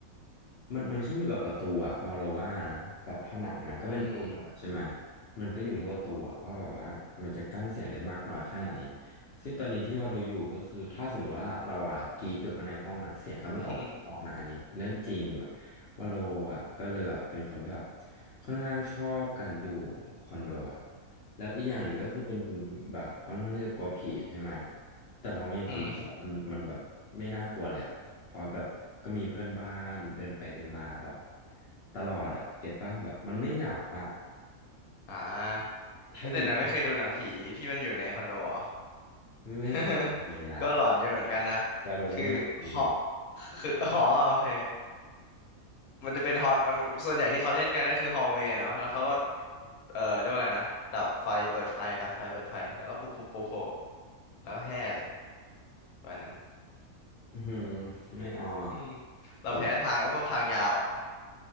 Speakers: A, on the left (about 50°); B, on the left (about 80°).
A: มันมันขึ้นอยู่กับประตูอะวาโลว่านะแบบผนังมันก็เป็นปูนหมดอะใช่ไหม
B: อืม
A: มันก็อยู่ที่ประตูอะว่าแบบว่ามันจะกั้นเสียงได้มากน้อยแค่ไหนซึ่งตอนนี้ที่วาโลอยู่ก็คือถ้าสมมติว่าเราอะกรีดอยู่ข้างในห้องอะเสียงก็ไม่ออกออกนะอันนี้เรื่องจริงแบบ
B: <laughs> อืม
A: วาโลอะก็เลยแบบเป็นคนที่แบบค่อนข้างชอบการอยู่คอนโดอะแล้วอีกอย่างหนึ่งก็คือเป็นคนแบบค่อนข้างที่จะกลัวผีใช่ไหมแต่พอมาอยู่คอนโดแล้วมันมันแบบไม่น่ากลัวเลยอะ
B: อืม
A: เพราะแบบก็มีเพื่อนบ้านเดินไปเดินมาแบบตลอดอะเก็ตป่ะแบบมันไม่เหงาอะ
B: อ่าไม่แต่นะไม่เคยดูหนังผีที่มันอยู่ในคอนโดเหรอ
A: ถ้าอยู่บ้านไม่เคยอะ
B: <laughs> ก็หลอนอยู่เหมือนกันนะ
A: วาโลไม่อยากดู
B: คือฮอคือ <laughs> อ๋อโอเคมันจะเป็นฮอเอิ่มส่วนใหญ่ที่เขาเล่นกันก็คือฮอลเวย์เนาะแล้วเขาก็เออเรียกว่าอะไรนะดับไฟเปิดไฟดับไฟเปิดไฟแล้วก็ปุ๊บปุ๊บโผล่แล้วก็แห่เลยวันนั้น
A: อืมไม่เอาอ่ะ
B: อืมเราแพ้ทางไอ้พวกทางยาวอ่ะ
A: แต่ว่า